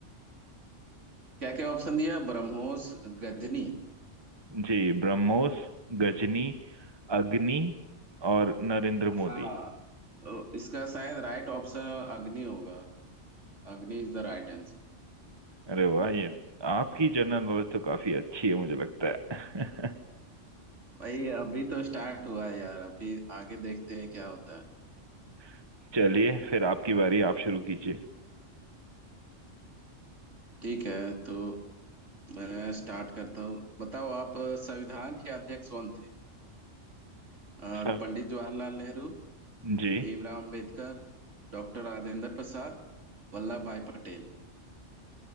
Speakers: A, on the right (about 70°); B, on the right (about 20°).
A: क्या क्या ऑप्शन दिया ब्रह्मोस गजनी
B: जी ब्रह्मोस गजनी अग्नि और नरेंद्र
A: हाँ
B: मोदी
A: तो इसका शायद राइट ऑप्शन अग्नि होगा Agni is the right answer
B: अरे वाह ये आपकी जनरल नॉलेज तो काफी अच्छी है मुझे लगता है
A: भाई अभी तो स्टार्ट हुआ है यार अभी आगे देखते हैं क्या होता है
B: <laughs> चलिए फिर आपकी बारी आप शुरू कीजिए
A: ठीक है तो मैं स्टार्ट करता हूँ बताओ आप अ, संविधान के अध्यक्ष कौन थे अ,
B: सब
A: पंडित जवाहरलाल नेहरू
B: जी
A: भीमराव अंबेडकर डॉक्टर राजेंद्र प्रसाद वल्लभ भाई पटेल